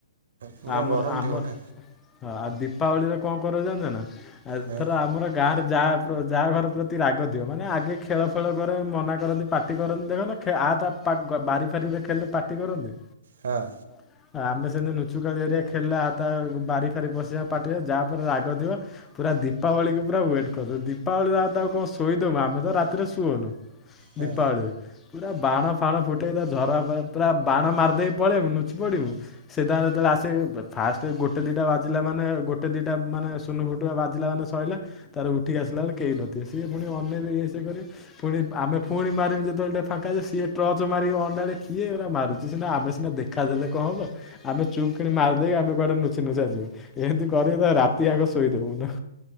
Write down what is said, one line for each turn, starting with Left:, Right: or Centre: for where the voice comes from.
Right: ପୁରା
Left: ଆମର
Right: ଗରମ
Left: ଆମର,
Right: ଥିବ ନା
Left: ଆଉ ଦୀପାବଳିରେ କଣ କରୁ ଜାଣିଛନା? ଏଥର
Right: ହଁ
Left: ଆମର ଗାଁରେ ଯାହା, ଯାହା ଘର ପ୍ରତି ରାଗ ଥିବ, ମାନେ ଆଗେ ଖେଳ ଫେଳ କରେ ମନ ମନା କରନ୍ତି, ପାଟି କରନ୍ତି। ଦେଖ ନା ଆ ତା ବାରି ଫାରିରେ ଖେଳିଲେ ପାଟି କରନ୍ତି
Right: ହଁ।
Left: <inaudible> ଆମେ ସେମିତି ନୁଚୁକାଳି ହେରିକା ଖେଳିଲେ, ଆ ତା ବାରି ଫାରି ପଶିବା ପାଟିବା ଯାହା ଉପରେ ରାଗ ଥିବ ପୁରା ଦୀପାବଳିକୁ ପୁରା ୱେଟ୍ କରିଚୁ। ଦୀପାବଳିରେ ଆଉ ତାକୁ କଣ ଶୋଇଦବୁ, ଆମେ ତ ରାତିରେ ସୁଅଉନୁ।
Right: ହଁ
Left: ଦୀପାବଳିରେ ପୁରା ବାଣ ଫାଣ ଫୁଟେଇକି, ଝରା ପୁରା ବାଣ ମାରିଦେଇକି ପଳେଇମୁ ନୁଚି ପଡିମୁ ସିଧା ଯେତେବେଳେ ଆସେ ଫାଷ୍ଟ ଗୋଟେ ଦିଟା ବାଜିଲା ମାନେ, ଗୋଟେ ଦିଟା ମାନେ ସୁୂନୁ ଫୁଟୁକା ବାଜିଲା ମାନେ ସଇଲା, ତାର ଉଠିକି ଆସିଲା ବେଳେ କେହି ନଥିବେ। ସିଏ ପୁଣି ଅନେଇବେ ଇଏ ସିଏ କରି ପୁଣି ଆମେ ପୁଣି ମାରିମୁଁ ଯେତେବେଳେ ଟିକେ ଫାଙ୍କା ହେଇ ଯିବ, ସିଏ ଟର୍ଚ ମାରିକି ଅଣ୍ଡାଳିବେ କିଏ ଏରା ମାରୁଛି, ସିନା ଆମେ ସିନା ଦେଖାଦେଲେ କଣ ହେବ। ଆମେ ଚୁପ୍ କିନି ମାରିଦେଇ ଆମେ କୁଆଡେ ନୁଚି ନୁଚା ଯିବୁ, ଏମିତି କରି ତାକୁ ରାତି ଯାକ ଶୋଇଦବୁ ନୁ।